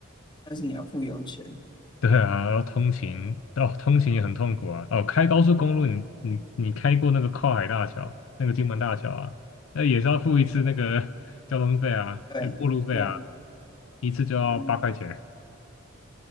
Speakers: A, on the left; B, on the left.
A: 但是你要付油钱，
B: 对啊，然后通勤，哦，通勤也很痛苦啊。哦，开高速公路你，你你开过那个跨海大桥，那个金门大桥啊，那也是要付一次那个 <laughs> 交通费啊，
A: 对对啊，
B: 那过路费啊，一次就要八块钱。
A: 嗯，